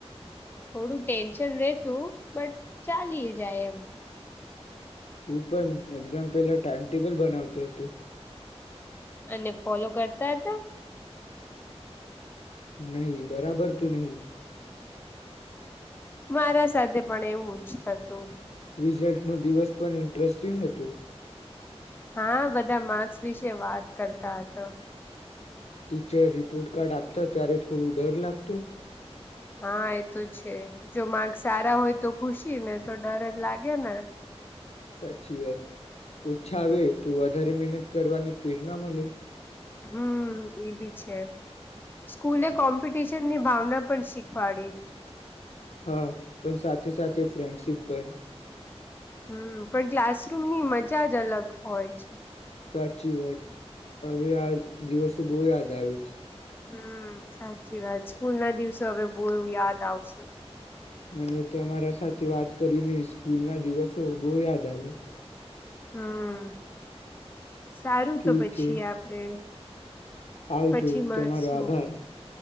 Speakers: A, on the left (about 20°); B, on the left (about 75°).
A: થોડું ટેન્શન રેતું બટ ચાલી જાય એમ.
B: હું પણ એક્ઝામ પહેલા ટાઈમટેબલ બનાવતો હતો.
A: અને ફોલો કરતા હતા?
B: નહી બરાબર તું નહી.
A: મારા સાથે પણ એવું જ થતું.
B: રિઝલ્ટનો દિવસ પણ ઇન્ટરેસ્ટિંગ હતો
A: હા બધા માર્ક્સ વિશે વાત કરતા હતા.
B: ટીચર રિપોર્ટ કાર્ડ આપતા ત્યારે થોડું ડર લાગતો.
A: હા એ તો છે, જો માગ સારા હોય તો ખુશી ને તો ડર જ લાગે ને.
B: સાચી વાત, ઓછા આવે તું વધારે મહેનત કરવાની પ્રેરણા મળે.
A: હમ એ બી છે, સ્કૂલે કોમ્પિટિશન ની ભાવના પણ શીખવાડી.
B: હા પણ સાથે સાથે ફ્રેન્ડશિપ પણ.
A: હમ પણ ક્લાસરૂમની મજા જ અલગ હોય છે.
B: સાચી વાત, હવે આ દિવસો બહુ યાદ આવે છે.
A: હમ સાચી વાત, સ્કૂલ ના દિવસે હવે બહુ યાદ આવશે.
B: મને તમારા સાથે વાત કરીને સ્કૂલ ના દિવસો બહુ યાદ આવ્યા.
A: હમ. સારું
B: ઠીક
A: તો પછી
B: છે
A: આપડે
B: આવજો
A: પછી મળશું
B: તમારો આભાર.